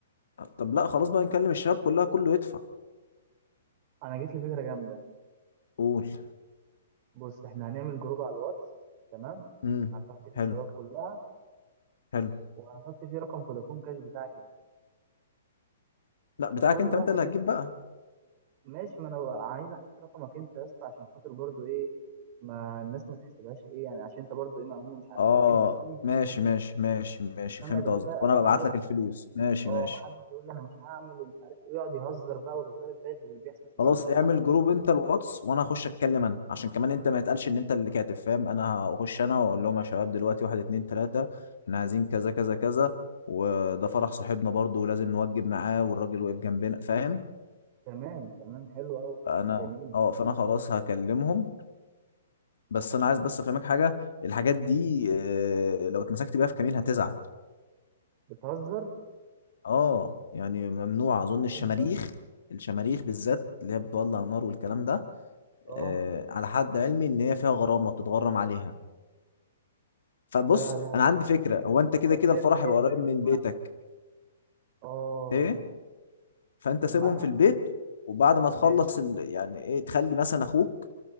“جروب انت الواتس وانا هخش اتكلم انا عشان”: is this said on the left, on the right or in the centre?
Left